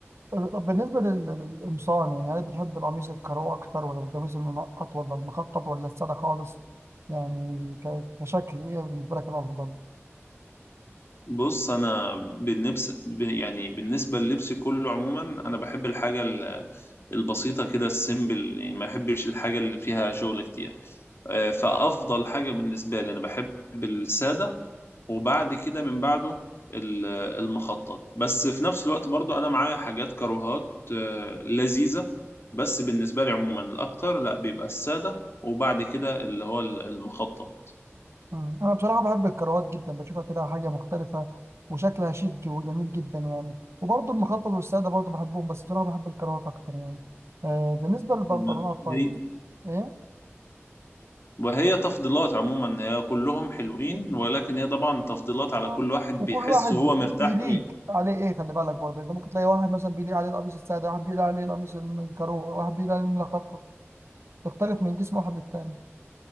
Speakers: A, on the right (about 65°); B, on the left (about 60°).
A: طب بالنسبة لل- للقمصان يعني هل بتحب القميص الكارو أكتر ولا القميص المنقط ولا المخطط ولا السادة خالص يعني ك- كشكل إيه بالنسبة لك الأفضل؟
B: بص انا بالنفس يعني بالنسبة للبس كله عموما انا بحب الحاجة البسيطة كده السيمبل يعني ما بحبش الحاجة اللي فيها شغل كتير آه، فأفضل حاجة بالنسبة لي أنا بحب السادة وبعد كده من بعده ال- المخطط بس في نفس الوقت برضو أنا معايا حاجات كروهات آه، لذيذة بس بالنسبة لي عموما الأكتر لا بيبقى السادة وبعد كده اللي هو المخطط
A: مم. انا بصراحه بحب الكروات جدا بشوفها كده حاجه مختلفه وشكلها شيك وجميل جدا يعني وبرضه المخطط والساده برضه بحبهم بس بصراحه بحب الكروات اكتر يعني آه بالنسبه للبنطلونات
B: م- هي
A: طيب ايه
B: وهي تفضيلات عموما هي كلهم حلوين ولكن هي طبعا تفضيلات على
A: آه.
B: كل واحد بيحس
A: وكل واحد
B: هو مرتاح
A: بيليق
B: ايه
A: عليه ايه خلي بالك برضه انت ممكن تلاقي واحد مثلا بيليق عليه القميص الساده واحد بيليق عليه القميص الكرو واحد بيليق عليه المخطط تختلف من جسم واحد للتاني